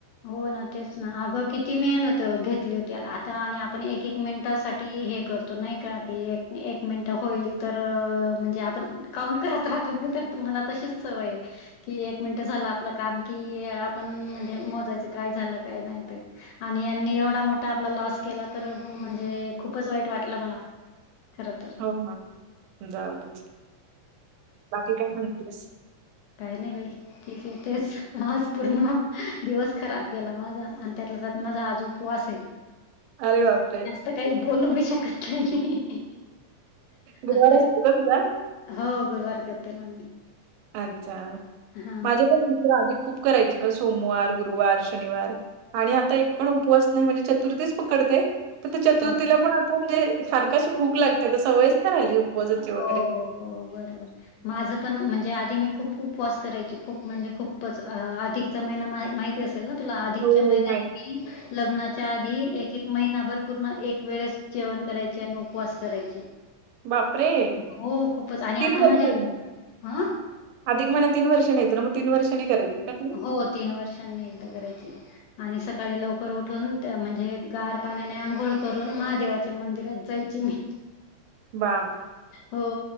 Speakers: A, on the left; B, on the right.
A: हो ना तेच ना अगं किती मेहनत घेतली होती आता आणि आपण एक एक मिनिटासाठी हे कर तो नाही का की एक मिनिट होईल तर म्हणजे आपण काउंट करत राहतो मी तर मला तशीच सवय की एक मिनिट झालं आपलं काम की आपण म्हणजे च काय झालं काय नाही आणि यांनी एवढा मोठा आपला लॉस केला तर म्हणजे खूपच वाईट वाटलं मला खरं तर ह
B: हो ना. जाऊ देच. बाकी काय म्हणतेस?
A: काय नाही बाई ठीक आहे तेच आज पूर्ण दिवस खराब गेला माझा आणि त्यातल्या त्यात माझा आज उपवास आहे.
B: अरे बाप रे.
A: तर काही बोलूही शकत नाही.
B: गुरुवार
A: असं आहे.
B: असतोय तुमचा?
A: हो गुरुवार करते ना मी.
B: अच्छा
A: हा
B: माझे पण मित्र आदि खूप करायचे का सोमवार गुरुवार शनिवार. आणि आता एक पण उपवास नाही म्हणजे चतुर्थीच पकडते पण त्या चतुर्थीला
A: हो का
B: पण प म्हणजे सारखशी भूक लागते आता सवयच नाही राहिली. उपवासाची
A: हो
B: वगैरे.
A: हो बरोबर. माझं पण म्हणजे आधी मी खूप उपवास करायची खूप म्हणजे खूपच अधिकचा महिना माहि ती असेल ना तुला अधिकच्या
B: हो,
A: महिन्यात
B: हो. नाही.
A: मी लग्नाच्या आधी एक एक महिनाभर पूर्ण एक वेळेस जेवण करायचे आणि उपवास करायची.
B: बाप रे
A: हो खूपच आणि
B: तिन
A: आता माझ्या
B: <unintelligible>
A: हा
B: अधिक महिना तीन वर्षानी येतो ना मग तीन वर्षनी करत होता का तुम्ही?
A: हो तीन वर्षांनी एकदा करायची. आणि सकाळी लवकर उठून त्या म्हणजे गार पाण्याने आंघोळ करून महादेवाच्या मंदिरात जाई. ची मी.
B: बा
A: हो.